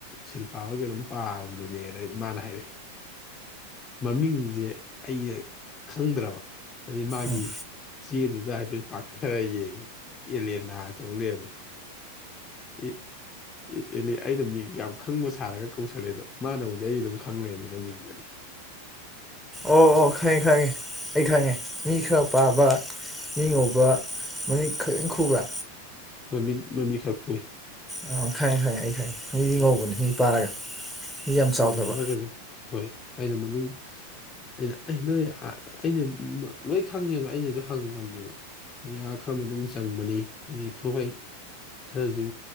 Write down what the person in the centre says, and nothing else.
ꯎꯝ
ꯑꯣ ꯑꯣ ꯈꯪꯉꯦ ꯈꯪꯉꯦ ꯑꯩ ꯈꯪꯉꯦ ꯃꯤ ꯈꯔ ꯄꯥꯕ ꯃꯤ ꯉꯧꯕ ꯃꯃꯤꯠ ꯈꯛꯇꯪ ꯈꯨꯕ꯭ꯔꯥ
ꯑꯣ ꯈꯪꯉꯦ ꯈꯪꯉꯦ ꯑꯩ ꯈꯪꯉꯦ ꯃꯤꯗꯤ ꯉꯧꯕꯅꯦ ꯃꯤ ꯄꯥꯔꯒ ꯃꯤ ꯌꯥꯝ ꯆꯥꯎꯗꯕ